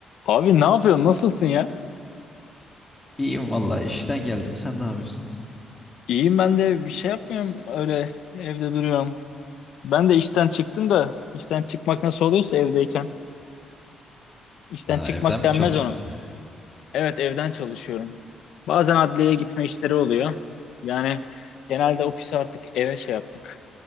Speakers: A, on the left; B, on the left.
A: Abi ne yapıyorsun? Nasılsın ya?
B: İyiyim vallahi işten geldim. Sen ne yapıyorsun?
A: İyiyim ben de bir şey yapmıyorum. Öyle evde duruyorum. Ben de işten çıktım da işten çıkmak nasıl oluyorsa evdeyken. İşten
B: Ha,
A: çıkmak
B: evden mi
A: denmez
B: çalışıyorsun
A: ona.
B: sen?
A: Evet evden çalışıyorum. Bazen adliyeye gitme işleri oluyor. Yani genelde ofisi artık eve şey yaptık.